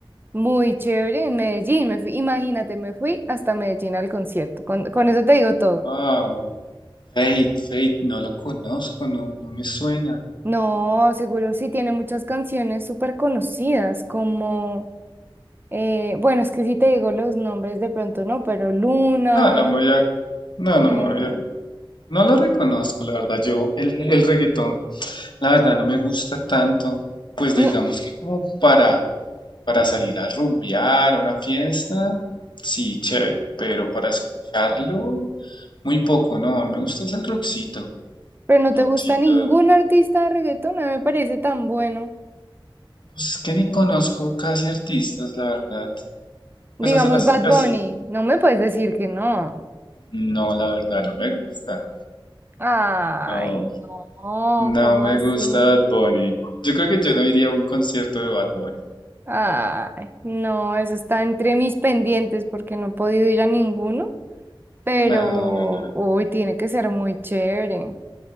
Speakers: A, on the right; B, on the left.
A: muy chévere, en Medellín. Me fui, imagínate, me fui hasta Medellín al concierto. Con, con eso te digo todo.
B: wow, Fate, Fate, no lo conozco, no, no me suena.
A: No, seguro sí tiene muchas canciones súper conocidas, como, eh, bueno, es que si te digo los nombres de pronto no, pero Luna,
B: No, no me voy a, no,
A: eh,
B: no me voy a, no lo reconozco, la verdad, yo, el, el reggaetón, la verdad, no me gusta tanto, pues
A: no,
B: digamos que como para Para salir a rumbear a una fiesta, sí, chévere, pero para escucharlo, muy poco, no, me gusta es el rockcito,
A: pero no te
B: rockcito,
A: gusta ningún artista de reggaetón, no me parece tan bueno.
B: pues es que ni conozco casi artistas, la verdad,
A: Digamos
B: pues as- así,
A: Bad
B: así,
A: Bunny, no me puedes decir que no.
B: no, la verdad, no me gusta,
A: Ay,
B: no,
A: no,
B: no
A: ¿cómo
B: me
A: así?
B: gusta Bad Bunny, yo creo que yo no iría a un concierto de Bad Bunny,
A: Ay, no, eso está entre mis pendientes porque no he podido ir a ninguno, pero
B: no, no, no,
A: hoy tiene que ser muy chévere.